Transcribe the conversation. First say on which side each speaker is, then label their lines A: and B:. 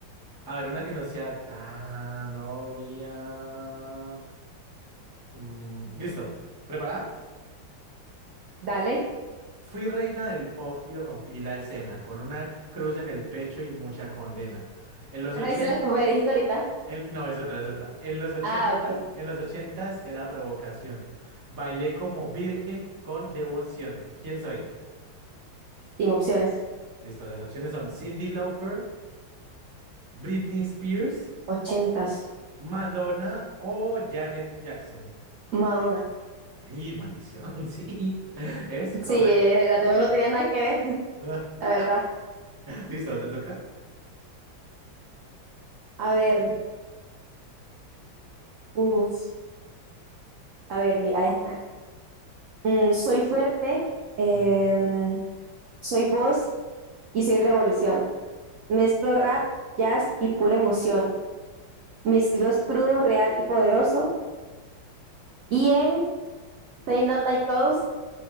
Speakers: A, on the right (about 25°); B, on the right (about 80°).
A: A ver, una que no sea tan obvia. Mm, listo, ¿preparada?
B: Dale.
A: Fui reina del pop y rompí la escena, con una cruz en el pecho y mucha condena. En los
B: Ah,
A: ochenta...
B: esa es la que me dijiste ahorita.
A: No, es otra, es otra. En los ochentas,
B: Ah, ok.
A: en los ochentas era provocación. Bailé como virgen con devoción. ¿Quién soy?
B: Sin opciones.
A: Listo, las opciones son Cindy Lauper, Britney Spears,
B: Ochentas.
A: Madonna o Janet Jackson.
B: Madonna.
A: Ay, maldición, <laughs> sí, es correcto.
B: Sí, eh, la tema
A: Bien.
B: no tenía nada que ver,
A: <laughs>
B: la verdad.
A: Listo, ¿te toca?
B: A ver, uf, a ver, mira esta. Mm, soy fuerte, em,
A: Ujú.
B: Soy voz y soy revolución. Mezclo rap, jazz y pura emoción. Mi estilo es crudo, real y poderoso. Y en Say Not Like Us